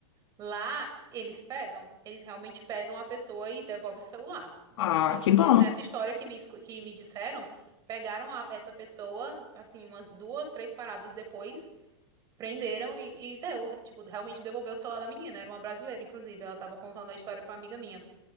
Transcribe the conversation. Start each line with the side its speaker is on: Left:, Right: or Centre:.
Right: lá eles pegam, eles realmente pegam a pessoa e devolvem o celular.
Left: ah,
Right: Isso, inclusive,
Left: que bom.
Right: nessa história que me, escu- que me disseram, pegaram a- essa pessoa, assim, umas duas, três paradas depois Prenderam e, e deu, tipo, realmente devolveu o celular da menina. Era uma brasileira, inclusive. Ela tava contando a história pra uma amiga minha.